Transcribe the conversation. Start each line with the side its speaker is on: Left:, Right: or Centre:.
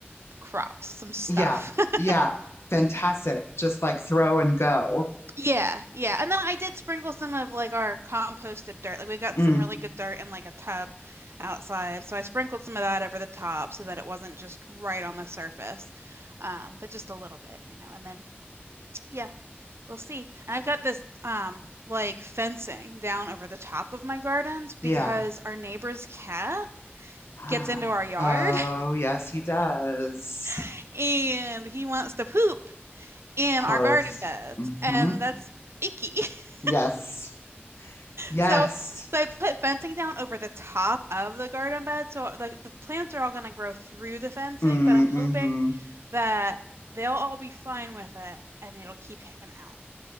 Right: crops, some stuff.
Left: Yeah. Yeah.
Right: <laughs>
Left: Fantastic. Just like throw and go.
Right: Yeah, yeah. And then I did sprinkle some of like our composted dirt. Like we got
Left: Mm,
Right: some really good dirt in like a tub outside. So I sprinkled some of that over the top so that it wasn't just right on the surface. Um, but just a little bit, you know. And then yeah, We'll see. And I've got this um like fencing down over the top of my gardens because
Left: yeah.
Right: our neighbor's cat
Left: <gasps> <sighs>
Right: gets into our yard
Left: Oh, yes, he does.
Right: <laughs> and he wants to poop in
Left: Of course.
Right: our garden beds,
Left: hmm
Right: and that's icky. <laughs>
Left: Yes. Yes.
Right: So so I put fencing down over the top of the garden bed. So the the plants are all going to grow through the fencing,
Left: Mm-hmm.
Right: but I'm hoping that they'll all be fine with it and it'll keep him out.